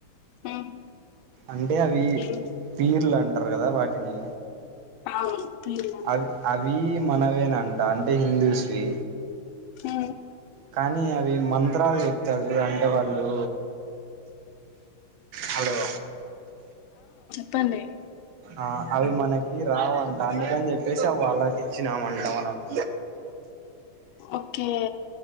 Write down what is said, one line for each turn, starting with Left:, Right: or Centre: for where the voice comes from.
Left: ఉమ్,
Right: అంటే అవి
Left: ఏం-
Right: తీీర్లు అంటారు కదా వాటిని
Left: అవును పీర్లు అంటారు
Right: అవి అవి మనవేనంట అంటే హిందూస్వి
Left: హ
Right: కానీ అవి మంత్రాలు చెప్తారుా అంటే వాళ్ళు హలో
Left: ప్పండి
Right: ఆ అవి మనకి రావంట అందుకని చెప్పేసి అవి వాళ్ళకి ఇచ్చినామంట మనం <inaudible>
Left: ఓకే